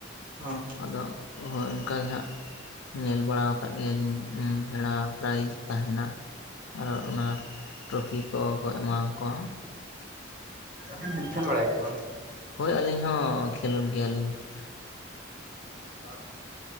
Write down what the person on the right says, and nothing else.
ᱦᱚᱸᱻ ᱾
ᱟᱵᱤᱱ ᱵᱤᱱ, ᱞᱠᱷᱮᱞ ᱵᱟᱲᱟᱭ ᱟᱪᱮ ᱵᱟᱝ?
ᱦᱟᱲᱚ, ᱾